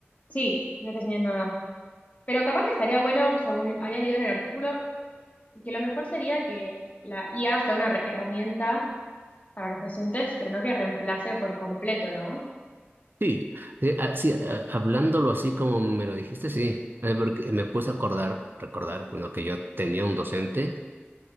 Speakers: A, on the left (about 35°); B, on the right (about 50°).
A: sí, no te enseñan nada. Pero capaz que estaría bueno, según había leído en el artículo, que lo mejor sería que la IA sea una re- herramienta para los docentes, pero no que reemplace por completo, ¿no?
B: Sí, eh, ah, sí, ah, hablándolo así como me lo dijiste, sí, Eh, porque me puse a acordar, recordar, ¿no? que yo tenía un docente